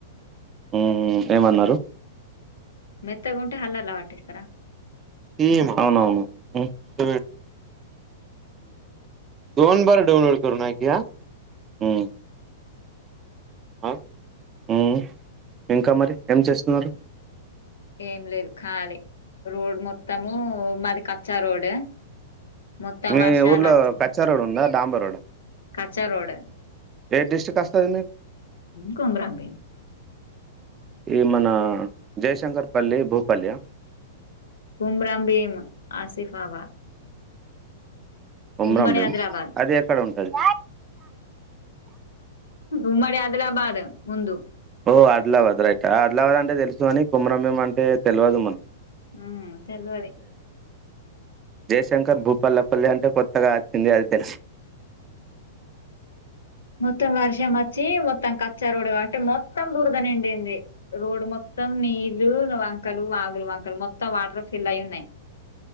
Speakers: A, on the right; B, on the left.
A: ఉ ఉ ఏమన్నారు
B: మెత్తగా ఉంటే హల్ల్లో వాటిస్తారా
A: ఈయమ్మ అవునావు ఉ స దోన్ బార్ డౌన్లోడ్న్నాకయా ఉ ఆ ఉ ఇంకా మరి ఏం చేస్తున్నారు.
B: ఏం లేదు ఖాళీ రోడ్ మొత్తము మాది కచ్చా రోడ్. మొత్తం
A: మీ
B: వర్షాలు
A: ఊర్లో కచ్చా రోడ్ ఉందా. డాంబోరోడ్
B: కాచ్చా రోడ్
A: ఏ డిస్ట్రిక్ట్ వస్తాది నీది
B: కొమ్రబిన్
A: ఈ మన జయశంకర్పల్లి భూపల్లి ఆ
B: కుమరాంబీమ్ ఆసిఫాబాద్
A: కొమరం
B: ఉమ్మడి
A: భీం
B: ఆదిలాబాద్
A: అది ఎక్కడ ఉంటది
B: ఉమ్మడి ఆదిలాబాద్ ముందు
A: ఓ ఆదిలాబాద్ రైట్ ఆదిలాబాద్ అంటే తెలుసుకానీ కొమురంభీం అంటే తెలవదు మన్
B: హ్ తెల్వది
A: జయశంకర్ భూపల్పల్లి అంటే కొత్తగా అచ్చింది. అది తెలుసు
B: మొత్తం. వర్షం ఆచ్చి మొత్తం కచ్చా రోడ్ కాబట్టి మొత్తం. బూరద నిండింది రోడ్ మొత్తం నీళ్లు వంకలు వాగులు వంకలు మొత్తం వాటర్ ఫిల్ అయి ఉన్నాయి.